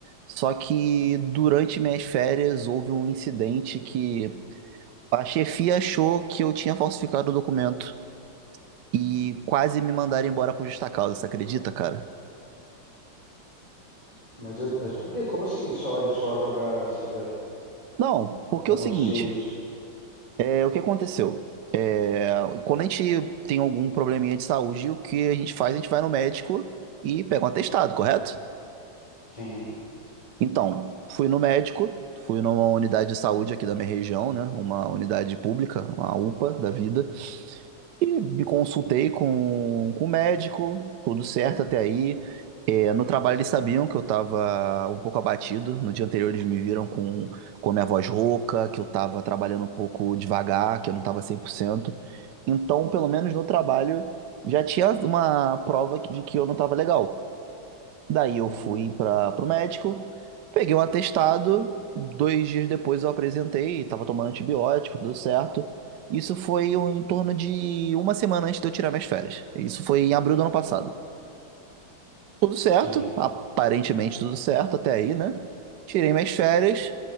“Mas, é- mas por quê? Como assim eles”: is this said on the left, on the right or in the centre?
Left